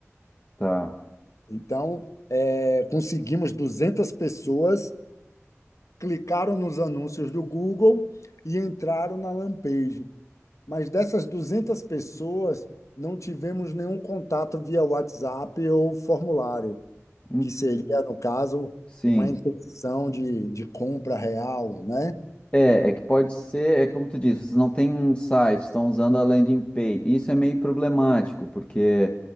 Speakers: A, on the left; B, on the left.
A: tá.
B: Então, É, conseguimos 200 pessoas, clicaram nos anúncios do Google e entraram na Lampage. Mas dessas 200 pessoas, não tivemos nenhum contato via WhatsApp ou formulário,
A: Hum,
B: que seria, no caso,
A: Sim.
B: uma intenção de, de compra real, né?
A: É, é que pode ser, é como tu disse, vocês não têm um site, estão usando a landing page. Isso é meio problemático, porque